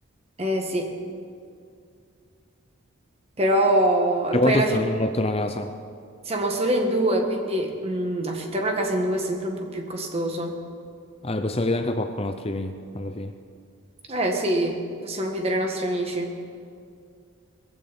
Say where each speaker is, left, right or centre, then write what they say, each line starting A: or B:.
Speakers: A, on the right; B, on the left.
A: Eh sì, però
B: Cioè,
A: poi
B: quanto
A: alla
B: sta
A: fine
B: a notte una casa?
A: siamo solo in due, quindi mm, affittare una casa in due è sempre un po' più costoso.
B: Ah, beh, possiamo chiedere anche a qualcun altro di venire, alla fine.
A: Eh sì, possiamo chiedere ai nostri amici.